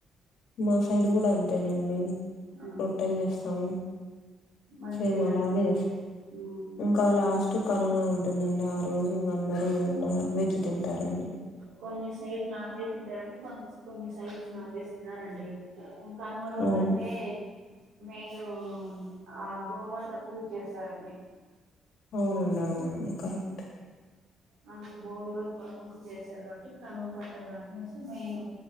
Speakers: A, on the left (about 80°); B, on the right (about 85°).
A: మా సైడ్ కూడా అంతేనండి
B: ఆ
A: రొట్టెలు చేస్తాము
B: మంచిది
A: సేమ్ అలాగే
B: అండి ఆ
A: ఇంకా లాస్ట్ కనుమా ఉంటంది డన్నండీ ఆ రోజు అందరూ నాన్ వెజ్ తింటారండి
B: కొన్ని సైడ్ నాన్ వెజ్ తింటారండి కొంత కొన్ని సైడ్స్ నాన్ వెజ్ తినరండి కనుమ రోజు
A: అవును
B: అంటే మేను ఆ గోమాత పూజ చేస్తారండి
A: అవునండి అవును కరెక్ట్
B: అందుకు భోగి రోజు తొలిమొక్కు చేస్తారు కాబట్టి కనువ పండుగ అనేసి మేను